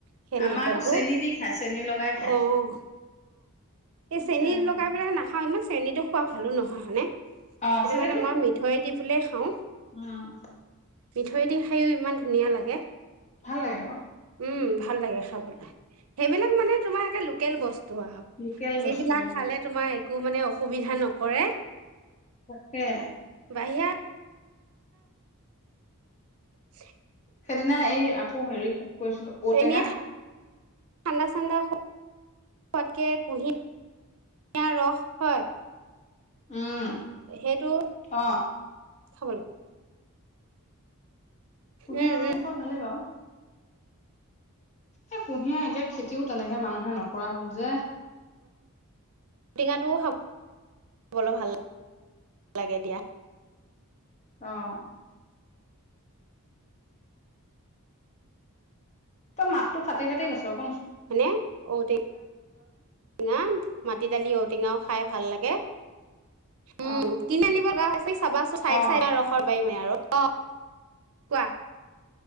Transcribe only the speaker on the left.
আমাৰ আকৌ চেনি দি খাই চেনি লগাই খাই
খাই ভাল
অ
চেনিটো
উম
ভাল লাগে আৰু।
লোকেল
বস্তু উম
তাকে
সেইদিনা এই আকৌ হেৰি কৈছিলোঁ ঔ
টেঙা
উম
অ
কুঁহিয়াৰ
ৰসটো
খোৱাাই ভালেই বাৰু। এ কুঁহিয়াৰ এতিয়া খেতিও তেনেকে মানুহে নকৰা হল যে
আহ। তই মাত ো ফাটি ফাটি গছ ক
অ
অ